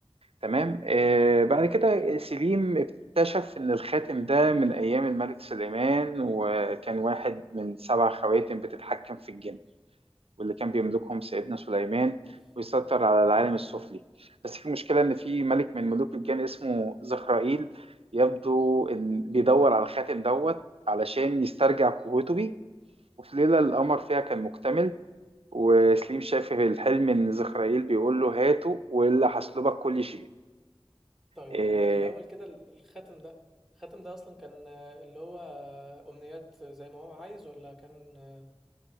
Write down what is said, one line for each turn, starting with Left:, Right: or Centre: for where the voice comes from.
Right: تمام آه بعد كده
Centre: حلو
Right: سليم
Centre: ده
Right: اكتشف إن الخاتم ده من أيام الملك سليمان وكان واحد من سبع خواتم بتتحكم في الجن واللي كان بيملكهم سيدنا سليمان
Centre: اوف
Right: ويسيطر على العالم
Centre: اه
Right: السفلي بس في مشكلة إن في ملك من ملوك الجن اسمه زخرائيل يبدو إن بيدور على الخاتم دوت علشان يسترجع قوته بيه وفي ليلة القمر فيها كان مكتمل وسليم شاف في الحلم إن زخرائيل بيقول له هاته وإلا هسلبك كل شيء
Centre: طيب
Right: آه،
Centre: ال- الاول كده ال- الخاتم ده الخاتم ده اصلا كان آه، اللي هو آه، امنيات زي ما هو عايز ولا كان آه،